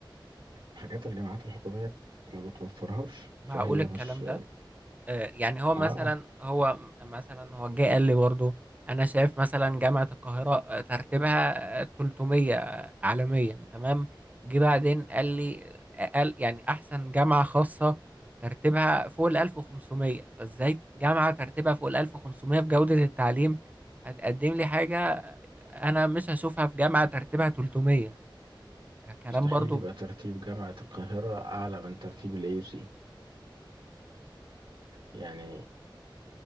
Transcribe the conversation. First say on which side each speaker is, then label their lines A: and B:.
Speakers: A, on the right; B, on the right.
A: حاجات الجامعات الحكومية ما بتوفرهاش
B: معقول
A: فهي
B: الكلام
A: مش
B: ده آه، يعني هو
A: اه
B: مثلا هو م- مثلا هو جه قال لي برضه انا شايف مثلا جامعة القاهرة آه، ترتيبها آه، 300 عالميا تمام جه بعدين قال لي آه، قال يعني احسن جامعة خاصة ترتيبها فوق ال 1500 فازاي جامعة ترتيبها فوق ال 1500 في جودة التعليم هتقدم لي حاجة انا مش هشوفها في جامعة ترتيبها 300 كلام
A: مستحيل
B: برضه
A: يبقى ترتيب جامعة القاهرة أعلى من ترتيب ال AUC يعني